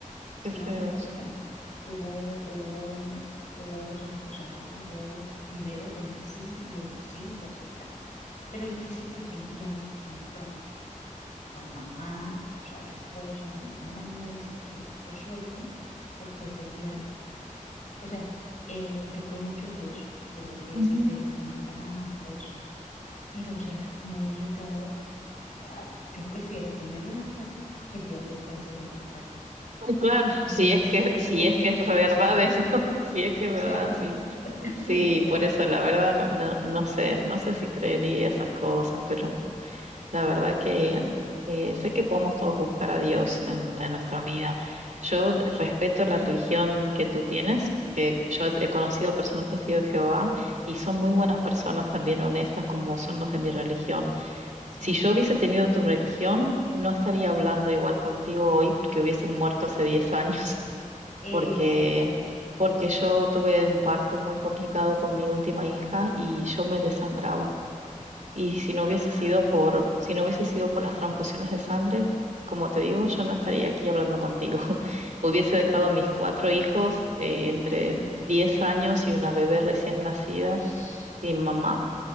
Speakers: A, on the left (about 65°); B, on the right (about 65°).
A: ¿sí
B: qué feo
A: me va a entender?
B: eso.
A: Bueno, hubo, hubo, hubo, res- o sea, hubo videos donde sí y él sí lo acepta, pero él dice que fue el diablo que entró. la mamá, o sea, la esposa, la mamá de la niña dice que lo suelten porque es el diablo. O sea, eh, yo creo mucho en Dios, yo creo que
B: Ujú.
A: existe la maldad y todo eso, pero o sea, como dije yo, ah, yo prefiero tenerlo en la cárcel a que el diablo otra vez se vuelva a entrar.
B: Sí, Claro, <laughs>
A: No
B: si es
A: sé
B: que,
A: qué
B: si
A: opinión
B: es que es
A: tienes
B: verdad
A: tú, <laughs>
B: eso,
A: o
B: <laughs> si es que es verdad,
A: sea,
B: sí.
A: <laughs> ¿entiendes?
B: Sí,
A: O sea,
B: por eso la verdad no, no, no sé, no sé si creería esas cosas, pero La verdad que eh, sé que podemos todos buscar a Dios en, en nuestra vida. Yo respeto la religión que tú tienes, que yo
A: sí,
B: he conocido personas testigos de Jehová y son muy buenas personas también honestas como son los de mi religión.
A: sí,
B: Si yo hubiese tenido tu religión, no estaría hablando igual contigo hoy porque hubiese muerto hace 10 años,
A: exactamente.
B: <laughs> porque, porque yo tuve un parto muy complicado con mi última hija y yo me desangraba. Y si no
A: Ah,
B: hubiese sido por, si no hubiese sido por las transfusiones de sangre, como te digo, yo no estaría aquí hablando contigo. <laughs> Hubiese dejado
A: ah,
B: a mis cuatro hijos eh, entre
A: sí, mamá.
B: 10 años y una bebé recién nacida
A: <sighs>
B: sin mamá.